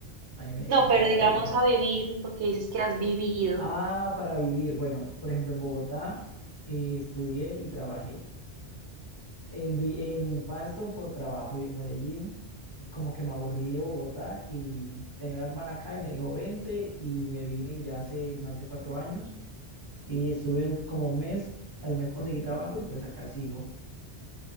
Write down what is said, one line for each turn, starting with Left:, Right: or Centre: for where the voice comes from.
Left: A mí me
Right: No,
Left: encanta
Right: pero digamos
Left: viajar.
Right: a vivir, porque dices que has vivido.
Left: Ah, para vivir. Bueno, por ejemplo, en Bogotá eh, estudié y trabajé. En, Vi- en Pasto por trabajo y en Medellín, y como que me aburrí de Bogotá y tenía una hermana acá y me dijo, vente y me vine ya hace más de cuatro años y estuve un- como un mes, al mes conseguí trabajo y pues acá sigo.